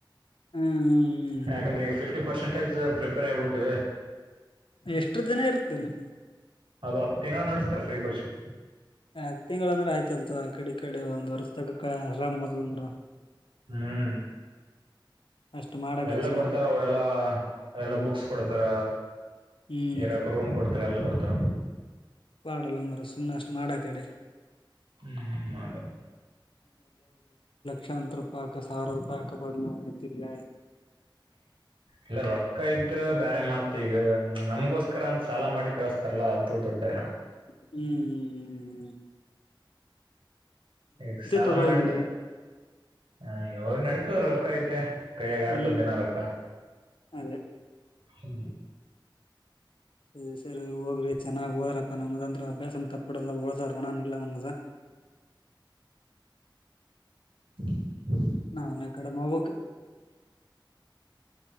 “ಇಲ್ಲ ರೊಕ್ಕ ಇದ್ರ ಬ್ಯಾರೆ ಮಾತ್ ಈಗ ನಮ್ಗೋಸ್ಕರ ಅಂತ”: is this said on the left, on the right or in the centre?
Right